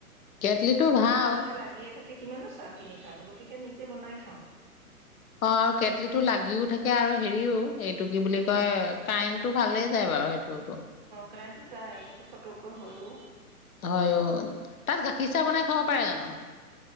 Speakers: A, on the left; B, on the right.
A: কেটলিটো
B: ইয়াতে
A: ভাল
B: দোকানতে লাগিয়ে থাকে কিমানো চাহ কিনি খাম গতিকে নিজে বনাই খাওঁ
A: অ আৰু কেটলিটো লাগিও থাকে আৰু হেৰিও এইটো কি বুলি কয় কাৰেন্টটো ভালেই যায় বাৰু সেইটো টটো
B: কাৰেন্ত টো যায় কিন্তু ফটককৈ হৈও
A: হয় অ তাত গাখীৰ চাহ বনাই খাব পাৰে জানো